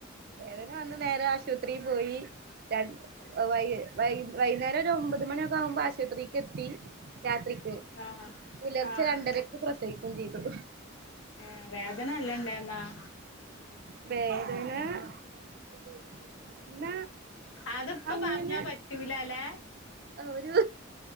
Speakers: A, on the right; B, on the left.
A: <unintelligible> നേരെ ആശുത്രീപോയി രണ് വൈ വൈ വൈയ്ന്നേരം ഒരൊമ്പത് മണിയൊക്കാവുമ്പോ ആശുത്രി എത്തി രാത്രിക്ക്
B: ആഹ്
A: പുലർച്ചെ
B: ആഹ്
A: രണ്ടരക്ക് പ്രസവിക്കെം ചെയ്തു
B: ഏ വേദന അല്ലണ്ടേ <unintelligible>
A: വേദന ന
B: അതിപ്പ
A: അങ്ങനെ
B: പറഞ്ഞാ പറ്റൂല അല്ലെ
A: ഒരു